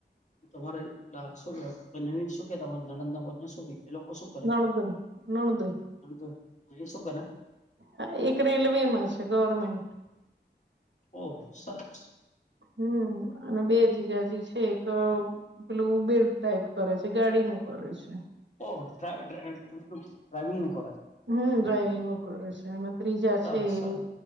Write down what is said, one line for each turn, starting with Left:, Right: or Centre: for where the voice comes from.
Left: તમારે ના શું કેવાય બને શું કે તમા નણંદ ના વરને શું કે એ લોકો શું કરે?
Right: નણદોઈ નણદોઈ
Left: એમ તો અહી શું કરે?
Right: હા એક રેલવેમાં છે ગવર્મેન્ટ
Left: ઓહો સરસ.
Right: હમ્મ અને બે જીજાજી છે એક પેલું બેડ ટાઈપ કરે છે ગાડી નું કરે છે.
Left: ઓ ડ્રા ડ્રા ડ્રાઈવિંગનું કરે.
Right: હમ્મ ડ્રાઈવિંગ નું કરે છે અને ત્રીજા
Left: સરસ
Right: છે
Left: સરસ
Right: એ